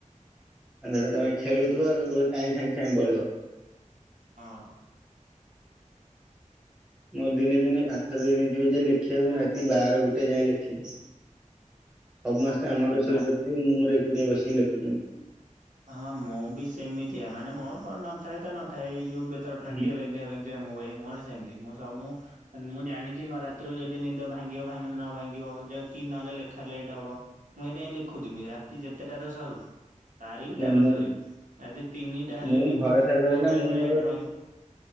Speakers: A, in the centre; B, on the right.
A: ତାପରେ ତମେ ତ ଖେଳୁଥିବ ସେତେବେଳେ ଟାଇମ୍ ଟ ସାଙ୍ଗେ ସାଙ୍ଗେ ପଳେଇବ।
B: ହଁ।
A: ମୋ ଦିନେ ଦିନେ ପାଠ ଦେଇ ଦେଇଥିବେ ଯେ ଲେଖିବାକୁ ମୁଁ ରାତି ବାର ଗୋଟେ ଯାଏଁ ଲେଖିବି। ସମସ୍ତେ
B: ହଁ
A: ଆମ
B: ମୁଁ
A: ଘରେ ଶୋଇପଡିିଥିବେ
B: ପା
A: ମୁଁ ମୋର ଏକୁଟିଆ ବସିକି ଲେଖୁଥିବି।
B: ହଁ ମୁଁ ବି ସେମିତିଆ। ମାନେ ମୋର କଣ ନଥାଏ ତ ନଥାଏ ଏଇ ଯୋଉ ଏଥର Practical
A: ହୁଁ।
B: exam. ମୁଁ ଏ। ମୋର୍ ସେମିତି ମୁଁ ସବୁ ମୁଁ। ମୁଁ ଜାଣିଛି ମୋ ରାତିରୁ ଯଦି ନିଦ ଭାଙ୍ଗିବ ନ ଭାଙ୍ଗିବ କି ନହେଲେ ଲେଖାଲେଖି ଟେ ହବ। ମୁଁ ହେଇଥିପାଇଁ ଲେଖୁଥିବି ରାତି ଯେତେଟାରେ ସରୁ। ସାରିବି ତାପରେ
A: ନା ମୁଁ।
B: ଶୋଇବି। ରାତି ତିନିଟା ହେଲେ
A: ମୁଁ
B: ବି ମୋ
A: ଭରସା କରେ ନା
B: ବେଳେ
A: ମୁଁ
B: ବେଳେ
A: ମୋର।
B: ଡ୍ରଇଂ